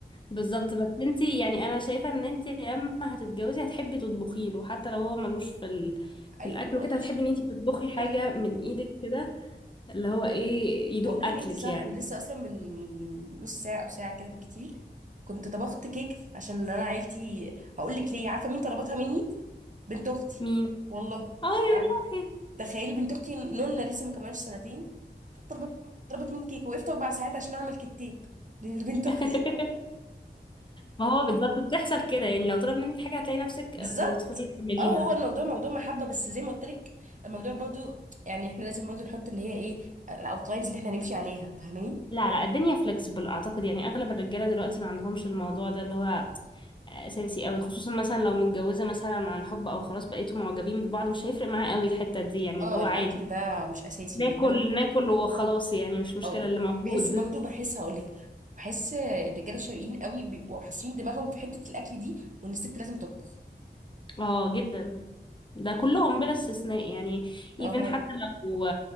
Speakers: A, on the left; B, on the right.
A: بالظبط بس انت يعني انا شايفه ان انت لما هتتجوزي هتحبي تطبخي له حتى لو هو ملوش في ال...
B: ايوه
A: في الاكل
B: ما قلتش
A: وكده هتحبي ان انت تطبخي حاجه
B: صح
A: من ايدك كده اللي هو ايه يدوق
B: والله يا
A: اكلك
B: بنتي صح
A: يعني
B: انا لسه اصلا من من نص ساعه او ساعه كده بالكتير كنت طبخت كيك عشان انا عيلتي هقول لك ليه عارفه مين طلبتها مني بنت اختي
A: مين
B: والله
A: اه يا
B: يعني
A: روحي
B: تخيلي بنت اختي نونا لسه ما كملش سنتين طلبت طلبت مني كيك وقفت اربع ساعات عشان اعمل كيكتين لبنت
A: <laughs>
B: اختي
A: ما هو بالظبط بتحصل كده يعني لو طلب منك حاجه هتلاقي نفسك
B: بالظبط
A: بتدخلي تعمليها
B: اه هو الموضوع موضوع محبه بس زي ما قلت لك الموضوع برضو يعني احنا لازم برضو نحط اللي هي ايه الاوتلاينز اللي احنا هنمشي عليها فاهماني
A: لا لا الدنيا فلكسبل اعتقد يعني اغلب الرجاله دلوقتي ما عندهمش الموضوع ده اللي هو آه، اساسي قوي خصوصا مثلا لو متجوزه مثلا عن حب او خلاص بقيتوا معجبين ببعض مش هيفرق معاه قوي الحته دي يعني
B: اه
A: اللي هو
B: الاكل
A: عادي
B: ده مش اساسي
A: ناكل
B: انت عندك
A: ناكل وخلاص يعني مش مشكله
B: اه
A: اللي موجود
B: بحس برضه بحس هقولك بحس الرجاله الشرقيين قوي بيبقوا حاسين دماغهم في حته الاكل دي وان الست لازم تطبخ
A: اه جدا ده كلهم بلا استثناء يعني
B: اها
A: ايفن حتى لو